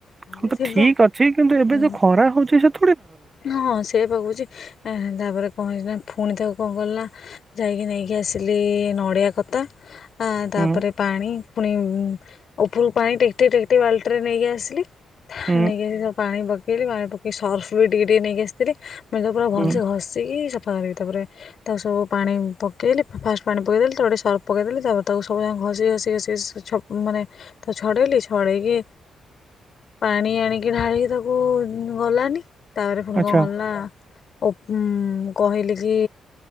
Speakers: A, on the left; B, on the right.
A: କହିଲି
B: ହଁ ତ
A: ଥିବ
B: ଠିକ୍ ଅଛି କିନ୍ତୁ ଏବେ
A: ହୁଁ
B: ଯୋଉ ଖରା ହଉଛି ସେ୍
A: ହଁ ସେ ଭବୁଛି ଏ ହେ ତାପରେ କଣ ହେଇଛି ନା ଫୁଣି ତାକୁ କଣ କଲି ନା ଯାଇକି ନେଇକି ଆସିଲି ନଡ଼ିଆ କତା ଆ ତାପରେ
B: ହୁଁ
A: ପାଣି ପୁଣି ଉ ହଁୁ ଉପରକୁ ପାଣି ଟେକ୍ଟି ଟେକ୍ଟି ବାଲଟିରେ ନେଇକି ଆସିଲି
B: ହୁଁ
A: ନେଇକି ସଵ୍ ପାଣି ପକେଇଲି ପାଣି ପକେଇି ସର୍ଫ ମୁଁ ବି ଟିକେ ଟିକେ ନେଇକି ଆସିଥିଲି ମୁଁ ତ ପୁରା ଭଲସେ
B: ହୁଁ
A: ଘଷିକି ସଫା କରି ତାପରେ ତାକୁ ସବୁ ପାଣି ପକେଇଲି ଫାଷ୍ଟ ପାଣି ପକେଇଦେଲି ତାେ ସର୍ଫ ପକେଇଦେଲି ତାପରେ ତାକୁ ସବୁଜାଙ୍ଗା ଘଷି ଘସି ଘଷି ସ୍ ମାନେ ତା ଛଡେଇଲି ଛଡେଇକି ପାଣି ଆଣିକି ଢାଳି ତାକୁ ଗଲାନି ତା ପରେ ପୁଣି
B: ଆଚ୍ଛା
A: କଣ କଲି ନା ଉପ୍ ମୁଁ ମୁଁ କହିଲି କି